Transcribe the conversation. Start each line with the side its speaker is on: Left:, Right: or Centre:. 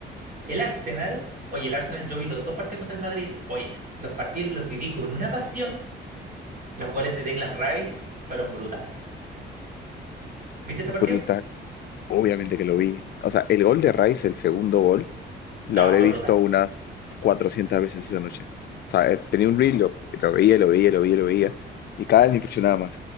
Right: El Arsenal, oye, el Arsenal, yo vi los dos partidos contra el Madrid, oye, los partidos los viví con una pasión. Los goles de Declan Rice fueron brutales. ¿Viste ese partido?
Left: Bruta, obviamente que lo vi. O sea, el gol de Rice, el segundo gol,
Right: No,
Left: lo habré
Right: fue
Left: visto
Right: brutal.
Left: unas 400 veces esa noche. O sea, eh, tenía un reel, lo, lo veía, lo veía, lo veía, lo veía, y cada vez me impresionaba más.